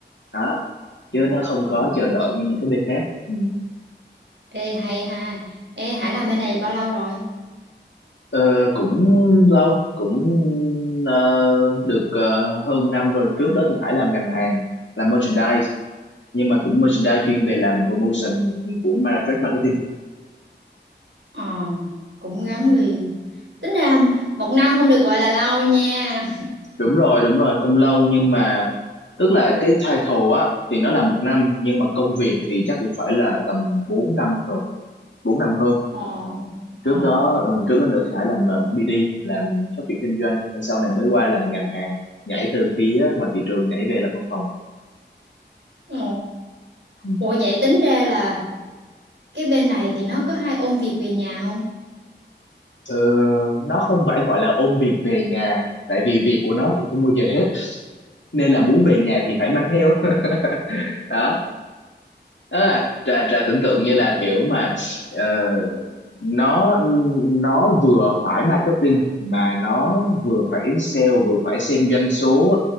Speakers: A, on the left; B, on the right.
A: đó chứ nó không
B: Ồ,
A: có chờ đợi như những cái bên khác ừ.
B: ê hay ha ê Hải làm bên này bao lâu rồi
A: Ờ, cũng lâu cũng ờ, được ờ, hơn năm rồi trước đó thì Hải làm ngành hàng làm merchandise nhưng mà cũng merchandise chuyên về làm promotion của ma- trade marketing
B: Ờ, cũng gắn
A: Ừ.
B: liền. Tính ra một năm không được gọi là lâu nha.
A: đúng rồi đúng rồi không lâu nhưng mà tức là cái title á thì nó là một năm nhưng mà công việc thì chắc cũng phải là tầm 4 năm rồi 4 năm hơn
B: Ờ, ờ,
A: trước đó ừ, trước đó nữa thì Hải làm ờ, BD làm phát triển kinh doanh Rồi sau này mới qua làm ngành hàng nhảy từ phía ngoài thị trường nhảy về làm văn phòng
B: ờ.
A: Ừ.
B: Ủa vậy tính ra là cái bên này thì nó có hay ôn việc về nhà không?
A: Ờ, nó không phải gọi là ôm việc về nhà tại vì việc của nó thì không bao giờ hết nên là muốn về nhà thì phải mang theo <laughs> đó đó là trà trà tưởng tượng như là kiểu mà ờ, nó nó vừa phải marketing mà nó vừa phải sale vừa phải xem doanh số